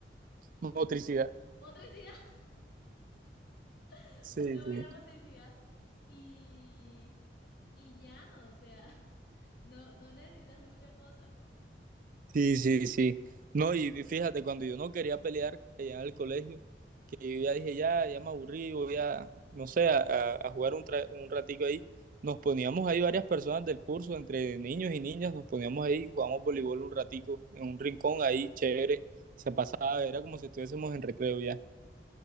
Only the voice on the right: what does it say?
Motricidad.
Sí,
sí.
Sí, sí, sí. No, y fíjate, cuando yo no quería pelear allá en el colegio, que yo ya dije, ya, ya me aburrí, voy a, no sé, a, a a jugar un, tra- un ratico ahí. Nos poníamos ahí varias personas del curso, entre niños y niñas, nos poníamos ahí, jugamos voleibol un ratico, en un rincón ahí, chévere, se pasaba, era como si estuviésemos en recreo ya.